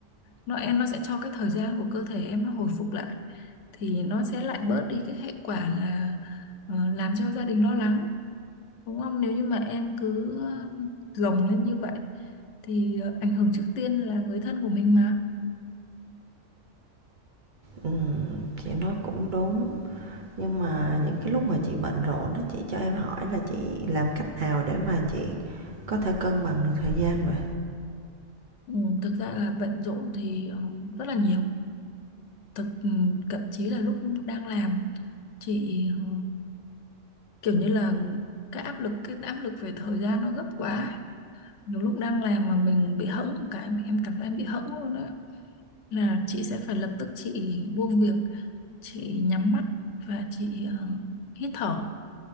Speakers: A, on the left (about 75°); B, on the right (about 45°).
A: nó em nó sẽ cho cái thời gian của cơ thể em nó hồi phục lại thì nó sẽ lại bớt đi cái hệ quả là ờ, làm cho gia đình lo lắng đúng không nếu như mà em cứ ờ, gồng lên như vậy thì ờ, ảnh hưởng trước tiên là người thân của mình mà
B: ừ, chị nói cũng đúng nhưng mà những cái lúc mà chị bận rộn á chị cho em hỏi là chị làm cách nào để mà chị có thể cân bằng được thời gian vậy
A: Ừ, thực ra là bận rộn thì ờ, rất là nhiều thực ừ, thậm chí là lúc đang làm chị ờ, kiểu như là cái áp lực cái áp lực về thời gian nó gấp quá nhiều lúc đang làm mà mình bị hẫng một cái em cảm giác em bị hẫng luôn á là chị sẽ phải lập tức chị buông việc chị nhắm mắt và chị ờ, hít thở